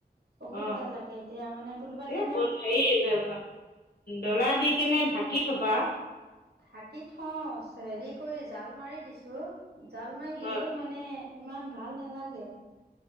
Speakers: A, on the right; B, on the left.
A: অসুবিধা
B: অ
A: লাগে এতিয়া মানে কোনোবা এ তেনে
B: এই বল হেৰি ডলা দি কেনে ঢাকি থবা।
A: থাকি থওঁ হেৰি কৰি জাল মাৰি দিছো। জাল মাৰি
B: হয়
A: দিলেও মানে ইমান ভাল নালাগে।